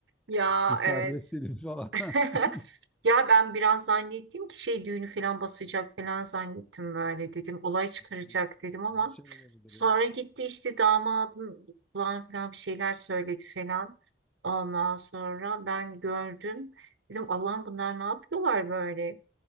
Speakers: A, on the right (about 75°); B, in the centre.
A: Ya
B: Siz kardeşsiniz
A: evet.
B: falan.
A: <laughs>
B: <laughs>
A: Ya ben biraz zannettim ki şey düğünü falan basacak falan zannettim böyle dedim. Olay çıkaracak
B: Aman,
A: dedim ama
B: Her şey olabilir
A: sonra
B: ya.
A: gitti işte damadın kulağına falan bir şeyler söyledi falan. Ondan sonra ben gördüm. Dedim Allah'ım bunlar ne yapıyorlar böyle?